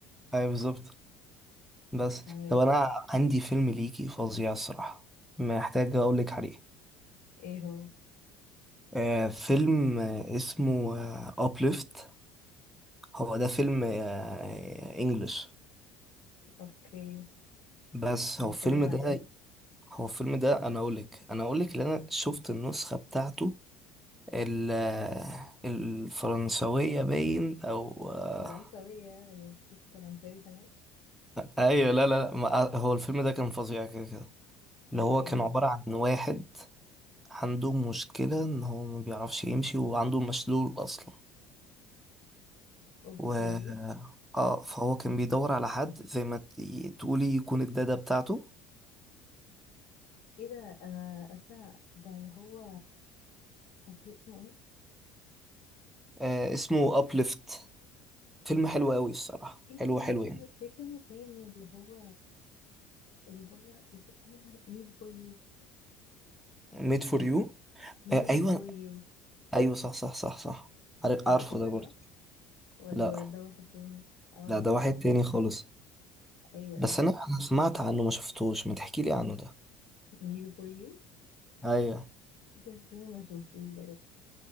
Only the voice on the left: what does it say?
فاهمك
ايه هو
اوكي
بيتكلم
عن
ايه
فرنساوية بنشوف فرنساوي كمان
طب
جامد
اوكي
ايه ده انا اسا ده اللي هو اوكي اسمه
ايه
ايه ده
في في فيلم تاني اللي هو اللي هو is- إيه؟ me before you
me
before you
هو اسمه
كده
صح ولا
ولا ده واحد تاني اه
فاهم
ايوه
ايوه
me before you
ايه ده ازاي ما شفتوش ده